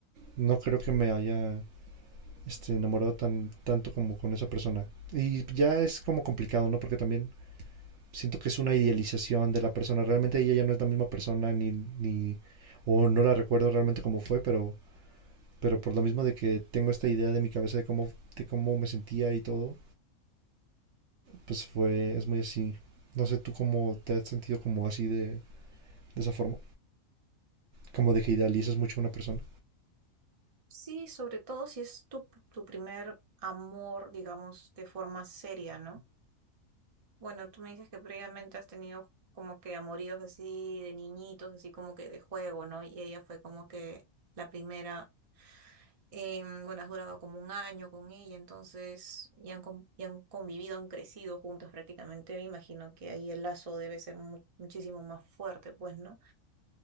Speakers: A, on the right (about 65°); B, on the right (about 35°).
A: no creo que me haya este, enamorado tan, tanto como con esa persona. Y ya es como complicado, ¿no? Porque también siento que es una idealización de la persona. Realmente ella ya no es la misma persona ni... ni o no la recuerdo realmente cómo fue, pero, pero por lo mismo de que tengo esta idea de mi cabeza de cómo, de cómo me sentía y todo, pues fue, es muy así. No sé tú cómo te has sentido como así de, de esa forma, como de que idealizas mucho a una persona.
B: Sí, sobre todo si es tu, tu primer amor, digamos, de forma seria, ¿no? Bueno, tú me dices que previamente has tenido como que amoríos así de niñitos, así como que de juego, ¿no? Y ella fue como que la primera, em, bueno, has durado como un año con ella, entonces ya han, con- y han convivido, han crecido juntos prácticamente. Me imagino que ahí el lazo debe ser mu- muchísimo más fuerte, pues, ¿no?